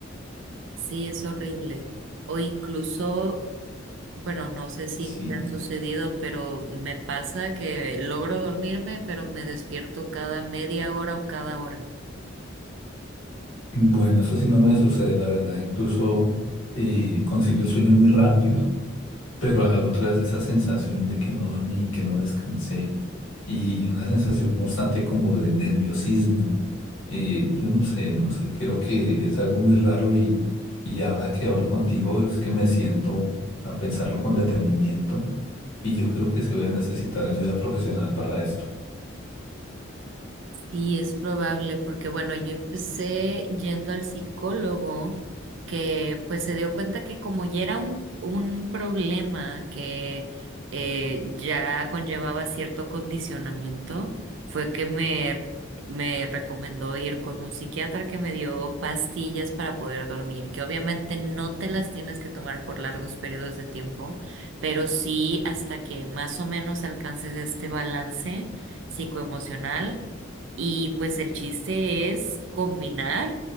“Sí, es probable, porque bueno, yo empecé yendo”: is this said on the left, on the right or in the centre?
Right